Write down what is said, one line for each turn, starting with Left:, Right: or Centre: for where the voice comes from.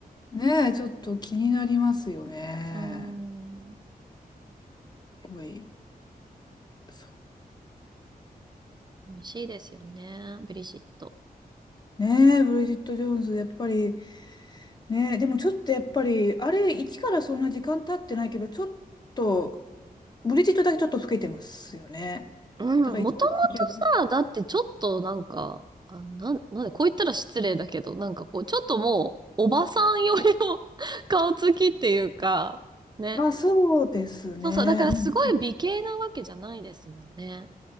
Left: ねえ、ちょっと気になりますよね。
Right: うーん、
Left: すごい。そう
Right: 楽しいですよね、ブリシット。
Left: ねえ、ブリジット・ジョーンズ、やっぱり、ねえ、でもちょっとやっぱり、あれ、一からそんな時間経ってないけど、ちょっと、ブリジットだけちょっと老けてますよね。
Right: うん、
Left: だから一時期は、
Right: もともとさ、だってちょっとなんか、あの、なん、なんで、こう言ったら失礼だけど、なんかこう、ちょっともう、おばさんよりの <laughs> 顔つきっていうか、ね。
Left: あ、そうですね。
Right: そうそう、だからすごい美形なわけじゃないですもんね。
Left: うん